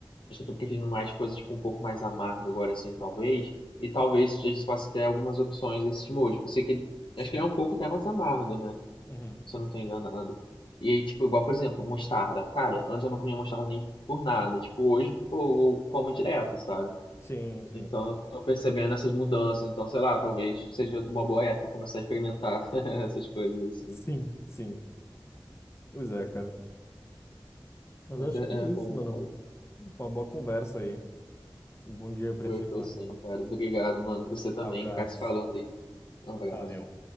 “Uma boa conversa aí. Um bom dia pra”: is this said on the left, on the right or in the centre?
Left